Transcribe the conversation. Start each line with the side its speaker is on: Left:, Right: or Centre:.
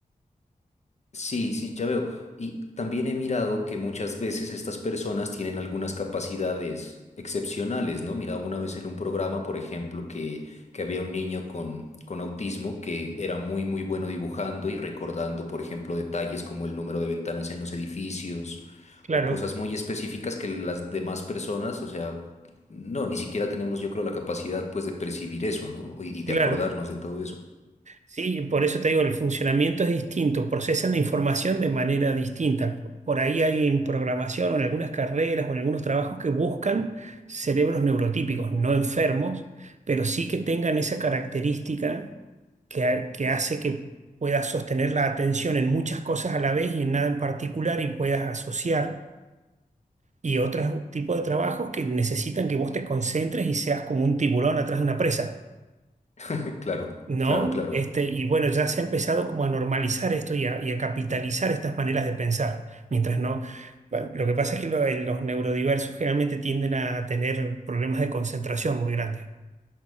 Left: Sí, sí, ya veo. Y también he mirado que muchas veces estas personas tienen algunas capacidades excepcionales, ¿no? Miraba una vez en un programa, por ejemplo, que, que había un niño con, con autismo que era muy, muy bueno dibujando y recordando, por ejemplo, detalles como el número de ventanas en los edificios
Right: Claro,
Left: o cosas muy específicas que las demás personas, o sea, no, ni siquiera tenemos, yo creo, la capacidad, pues, de percibir eso, ¿no? y y
Right: claro.
Left: de acordarnos de todo eso.
Right: Sí, por eso te digo, el funcionamiento es distinto, procesan la información de manera distinta. Por ahí hay en programación o en algunas carreras o en algunos trabajos que buscan cerebros neurotípicos, no enfermos, pero sí que tengan esa característica que, ha- que hace que puedas sostener la atención en muchas cosas a la vez y en nada en particular y puedas asociar. Y otros tipos de trabajos que necesitan que vos te concentres y seas como un tiburón atrás de una presa.
Left: <laughs> Claro,
Right: ¿no?
Left: claro, claro.
Right: Este, y bueno, ya se ha empezado como a normalizar esto y a, y a capitalizar estas maneras de pensar, mientras no... bueno, Lo que pasa es que lo- eh, los neurodiversos generalmente tienden a tener problemas de concentración muy grandes.